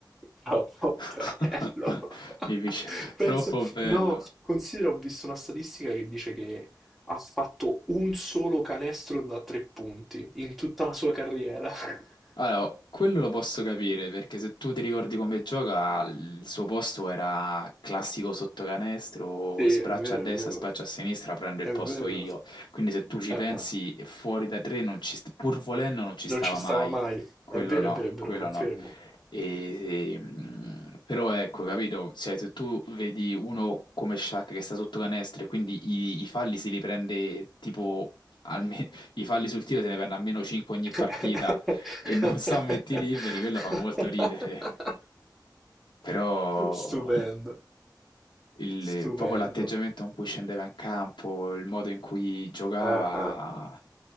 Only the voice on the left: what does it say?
<laughs>
Mi dice, troppo
bello.
Allora, quello lo posso capire perché se tu ti ricordi come gioca, il suo posto era classico sottocanestro,
spraccia
a destra,
spraccia a sinistra, prendo
il posto
io. Quindi se tu ci
pensi,
fuori da tre, non ci st- pur volendo, non ci stava
mai.
Quello
no,
quello
no. E- e, mh, però ecco, capito? Cioè, se tu vedi uno come Shaq che sta sotto canestro e quindi i, i falli si li prende tipo alme- <laughs> i falli sul tiro se ne prende almeno 5 ogni
partita e non <laughs> sto metti liberi, quello fa molto ridere, però
il-
proprio l'atteggiamento con cui scendeva in campo, il modo in cui giocava,